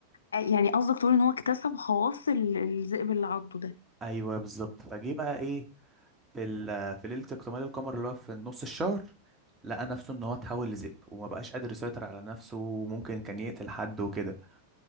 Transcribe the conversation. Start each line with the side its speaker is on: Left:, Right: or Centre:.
Left: آه، يعني قصدك تقول ان هو اكتسب خواص ال- الذئب اللي عضه ده
Right: ايوه بالظبط فجه بقى ايه في ال- في ليله اكتمال القمر اللي هو في نص الشهر لقى نفسه ان هو اتحول لذئب وما بقاش قادر يسيطر على نفسه وممكن كان يقتل حد وكده